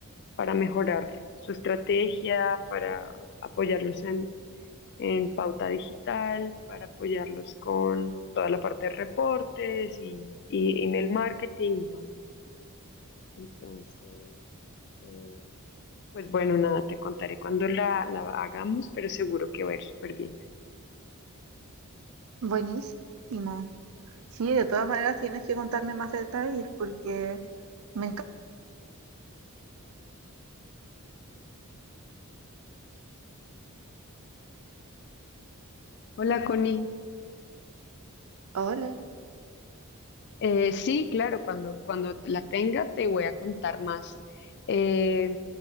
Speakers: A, on the left (about 50°); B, on the right (about 70°).
A: para mejorar su estrategia, para apoyarlos en, en pauta digital, para apoyarlos con toda la parte de reportes y, y email marketing y bueno, entonces... eh, pues bueno, nada, te contaré cuando la, la hagamos, pero seguro que va a ir súper bien.
B: Buenísimo. Sí, de todas maneras tienes que contarme más detalles porque me encanta.
A: Hola, Connie.
B: Hola.
A: Eh, sí, claro, cuando, cuando la tenga te voy a contar más. Eh,